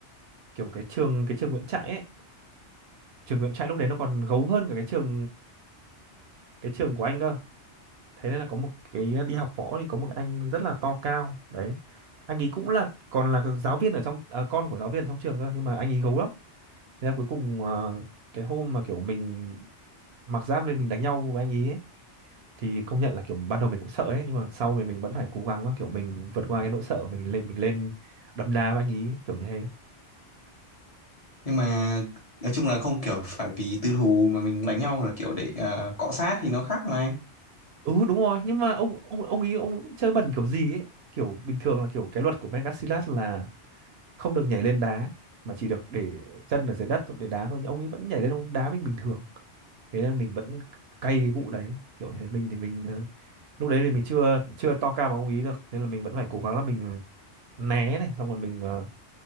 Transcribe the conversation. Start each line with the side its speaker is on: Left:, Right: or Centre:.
Right: kiểu cái trường cái trường Nguyễn Trãi ấy trường nguyễn trãi lúc đấy nó còn gấu hơn cả cái trường cái trường của anh cơ thế nên là có một cái à, đi học võ thì có một anh rất là to cao đấy anh ấy cũng là còn là giáo viên ở trong à, con của giáo viên ở trong trường cơ nhưng mà anh ấy gấu lắm thế là cuối cùng ờ, cái hôm mà kiểu mình mặc giáp lên mình đánh nhau với anh ấy, ấy thì công nhận là kiểu ban đầu mình cũng sợ ấy nhưng mà sau thì mình vẫn phải cố gắng kiểu mình vượt qua cái nỗi sợ mình lên mình lên đấm đá với anh ấy kiểu như thế
Left: nhưng mà nói chung là không kiểu phải vì tư thù mà mình đánh nhau là kiểu để ờ, cọ sát thì nó khác mà anh
Right: Ừ đúng rồi, nhưng mà ông ông ông ý ông chơi bẩn kiểu gì ấy, kiểu bình thường là kiểu cái luật của Megacilat là không được nhảy lên đá mà chỉ được để chân ở dưới đất để đá thôi, nhưng ông ấy vẫn nhảy lên ông đá mình bình thường. Thế nên mình vẫn cay cái vụ đấy, kiểu như thế mình thì mình ờ, lúc đấy thì mình chưa chưa to cao bằng ông ý được nên là mình vẫn phải cố gắng là mình né này xong rồi mình ờ,